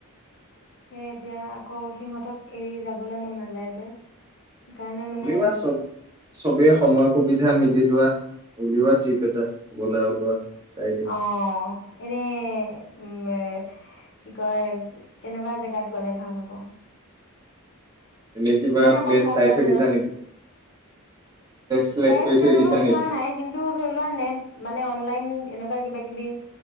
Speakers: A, on the left (about 55°); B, on the right (about 15°).
A: সেই এতিয়া আকৌ সিহঁতক এৰি যাবলৈ মন নাযায় যে। সেইকাৰণে মানে
B: চবে সময় সুবিধা মিলি উল লোৱা উলিওৱা টিপ এটা বলাই ওলোৱা। চাই দিম
A: অ এনে উম কি কয় কেনেকুৱা জেগাত গলে ভাল হ'ব?
B: এনে কিবা
A: মানে অকন
B: প্লেচ
A: কম
B: চাই
A: বাজেতত
B: থৈ দিছা নেকি? চিলেক্ট
A: প্লেচ
B: কৰি
A: তেনেকে
B: থৈ দিছা
A: চোৱা
B: নেকি?
A: নাই কিন্ত ধৰি লোৱা নে মানে লাইন এনে কোৱা কিবা কিবি